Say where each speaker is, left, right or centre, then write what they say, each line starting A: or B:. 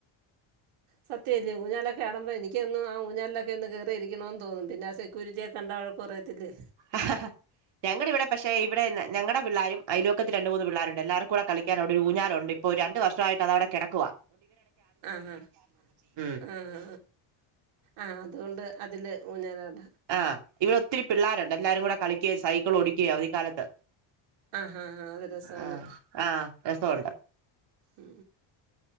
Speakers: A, on the right; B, on the right.
A: സത്യമല്ലേ ഊഞ്ഞാൽ ഒക്കെ ആടുമ്പോ എനിക്കൊന്നും ആ ഊഞ്ഞാൽ ഒക്കെ ഒന്ന് കയറിയിരിക്കണമന്ന് തോന്നും പിന്നെ സെക്യൂരിറ്റി കണ്ട വഴക്ക് പറയത്തില്ലേ
B: ആ ഞങ്ങളുടെ ഇവിടെ പക്ഷെ ഇവിടെ ഞങ്ങളടെ പിള്ളാരും അലോക്കത്തി രണ്ട മൂന്ന് പിള്ളരുണ്ട് എല്ലാവർക്കും കൂടെ കളിക്കാൻവിടെ ഊഞ്ഞാലുണ്ട് ഇപ്പോൊ രണ്ടു വർഷമായിട്ട് അത അവിടെ കിടക്കുവ
A: ആഹ് ആ
B: ഉം
A: ആഹ ആഹ അതുകൊണ്ട് അതിൽ ഊഞ്ഞലടാം
B: ആഹ് ഇവിടെ ഒത്തിരി പിള്ളേരുണ്ട് എല്ലാരും കൂടെ കളിക്കുക സൈക്കിൾ ഓടിക്കുകയോ അവധിക്കാലത്ത്
A: ആഹഹാ ആാ അത് രസമാണ്
B: ആഹ് ആഹ് രസമുണ്ട്
A: ഉ